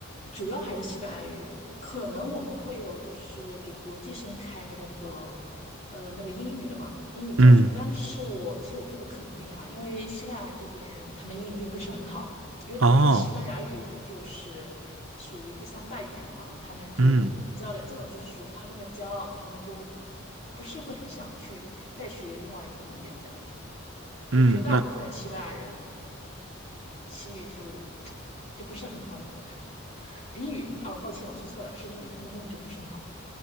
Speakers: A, on the left; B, on the right.
A: 主要还是西班牙语。可能我们会有就是给国际生开的那个，呃，那个英语的嘛，英语教程。
B: 嗯，
A: 但是我其实我并不肯定啊，因为西班牙这边他们英语并不是很好，因为本身西班牙语它就是属于第三大语言了嘛，
B: 哦，
A: 他们就你知道的，
B: 嗯
A: 这种就是属于他们的骄傲，他们就不是会很想去再学另外一门语言这样子。所以绝大部分人西班牙人
B: 嗯，那
A: 嗯西语就 <tsk> 就不是很好，你懂的。英语啊，哦，抱歉，我说错了，是英语，他们英语就不是很好。